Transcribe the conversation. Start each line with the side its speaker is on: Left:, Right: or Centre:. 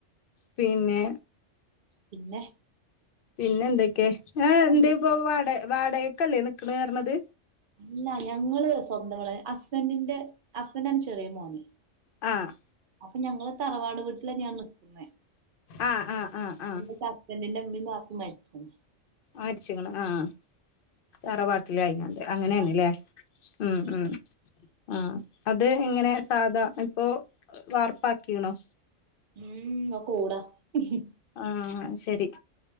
Left: പിന്നെ
Right: പിന്നെ
Left: പിന്നെന്തൊക്കെ ഏഹ് എന്ത
Right: എന്തൊക്കെയാ?
Left: ഇപ്പൊ വാടക വാടകക്കല്ലേ നിക്ണർഞ്ഞത്
Right: ല്ല ഞങ്ങള് സ്വന്തവീട ഹസ്ബൻഡിന്റെ ഹസ്ബൻഡാണ് ചെറിയ മോന്
Left: ആഹ്
Right: അപ്പൊ ഞങ്ങള് തറവാട് വീട്ടിലെന്നെ ഞാൻ നിക്കുന്ന
Left: ആഹ് ആഹ് ആഹ് ആഹ്
Right: എന്റെ ബന്റിന്റെ മ്മി ബാപ്പി മര്ച്ണ്
Left: ആയിരിച്ക്കണോ ആഹ് തറവാാട്ടിലയിങ്ങണ്ട് അങ്ങനേണ്
Right: അതെ
Left: ല്ലേ ഉം
Right: അതെ
Left: ഉം ആഹ് അത് എങ്ങനെ സാധാ ഇപ്പോ വാർപ്പാക്കിണോ
Right: ഉം ഒക്ക ഓ ടാ ഇ
Left: ആഹ് ശരി